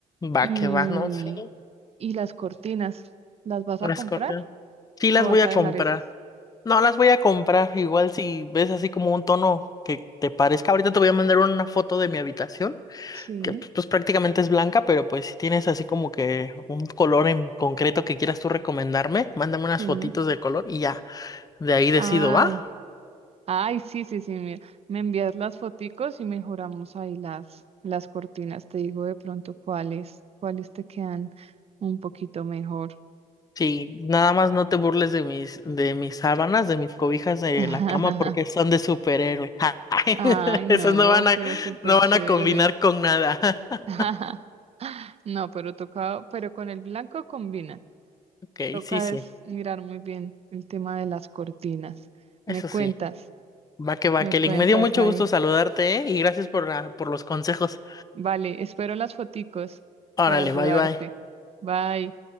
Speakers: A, on the left; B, on the right.
A: va
B: Y,
A: que va, ¿no? Sí,
B: y las cortinas, ¿las vas
A: las
B: a comprar
A: corté. Sí, las
B: o vas
A: voy a
B: a
A: comprar.
B: dejar esas?
A: No las voy a comprar. Igual si ves así como un tono que te parezca. Ahorita te voy a mandar una foto de mi habitación,
B: Sí,
A: que pues, pues, prácticamente es blanca, pero pues si tienes así como que un color en concreto que quieras tú recomendarme, mándame unas
B: sí.
A: fotitos de color y ya, de ahí decido,
B: Ay,
A: ¿va?
B: Ay, sí, sí, sí, mira, me envías las foticos y mejoramos ahí las, las cortinas. Te digo de pronto cuáles, cuáles te quedan un poquito mejor.
A: Sí, nada más no te burles de mis, de mis sábanas, de mis cobijas de
B: <laughs>
A: la cama, porque son de superhéroe. <laughs>
B: Ay, no,
A: Esas no van a,
B: pero súper
A: no
B: chévere.
A: van a combinar con nada. <laughs>
B: <laughs> No, pero toca, pero con el blanco combina.
A: Ok,
B: Toca
A: sí, sí,
B: es mirar muy bien el tema de las cortinas.
A: eso
B: Me cuentas,
A: sí. Va que va,
B: me
A: Kelly.
B: cuentas,
A: Me dio mucho
B: Jaime.
A: gusto saludarte, ¿eh? Y gracias por, la- por los consejos.
B: Vale, espero las foticos
A: Órale,
B: para ayudarte.
A: bye bye.
B: Bye.